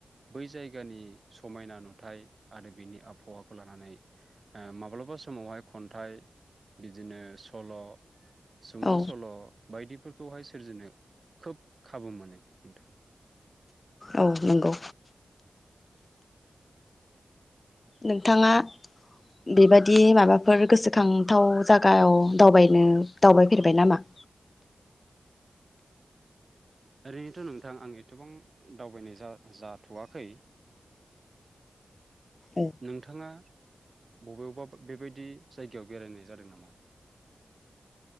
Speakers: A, on the right (about 50°); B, on the left (about 40°).
A: बै जायगानि समायना नुथाय आरो बिनि आबहावाखौ लानानै ओ माब्लाब बेबा समावहाय खन्थाइ बिदिनो सल' सुंद'
B: औ
A: सल' बायदिफोरखौहाय सोरजिनो खोब खाबु मोनो नोंथां।
B: औ नंगौ नोंथाङा बेबादि माबाफोर गोसोखांथाव जागाव दावबायनो दावबायफेरबाय नामा?
A: ओरैनोथ' नोंथां आं एथबां दावबायनाय जाथ'वाखै
B: औ
A: नोंथाङा बबेबा बेबायदि जायगायाव बेरायनाय जादों नामा?